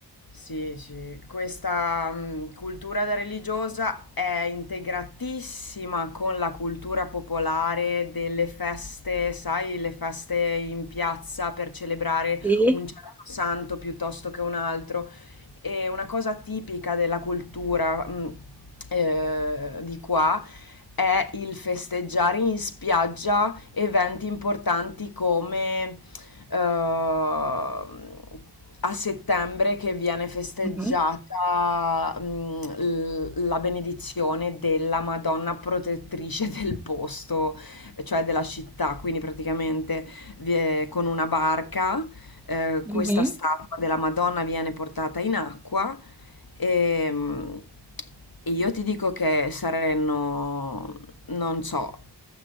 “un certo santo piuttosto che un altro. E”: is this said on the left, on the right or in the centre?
Left